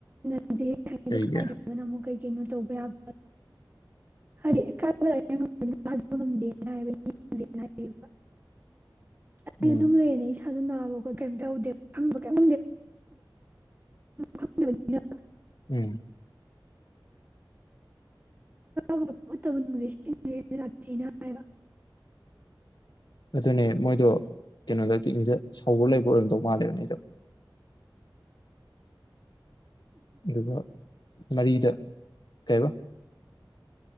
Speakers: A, on the right; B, on the left.
A: ꯍꯧꯖꯤꯛ ꯍꯦꯛ
B: ꯀꯩꯒꯤ
A: ꯊꯣ ꯀꯥꯏꯗ꯭ꯔꯔꯤꯕꯅ ꯑꯃꯨꯛ ꯀꯩ ꯀꯩꯅꯣ ꯇꯧꯕ ꯌꯥꯕ꯭ꯔꯥ ꯍꯥꯏꯔꯀꯦ ꯀ ꯑꯗꯨ ꯑ ꯍꯥꯏꯕꯥ ꯉꯝꯗꯦꯅ ꯍꯥꯏꯔꯛꯏꯕ ꯑꯩ
B: ꯎꯝ
A: ꯑꯗꯨꯝ ꯂꯩꯅꯦ꯫ ꯑꯗꯨ ꯅꯥꯕ ꯀꯩꯝ ꯇꯧꯗꯦ ꯈꯪꯕ ꯀꯩꯝ ꯈꯪꯗꯦꯅꯤꯅ
B: ꯎꯝ꯫
A: ꯋꯥꯄꯇꯅ ꯁꯤꯟ ꯔ ꯆꯤꯅ ꯍꯥꯏ꯫
B: ꯑꯗꯨꯅꯦ ꯃꯣꯏꯗꯣ ꯀꯩꯅꯣꯗ ꯀꯤꯛꯅꯤꯗ ꯁꯥꯎꯧꯕ ꯂꯩꯕ ꯑꯣꯏꯔꯝ ꯇꯧ ꯃꯥ ꯂꯩꯕꯅꯦꯗꯣ꯫ ꯑꯗꯨꯒ꯫ ꯃꯔꯤꯗ ꯀꯩꯔꯤꯕ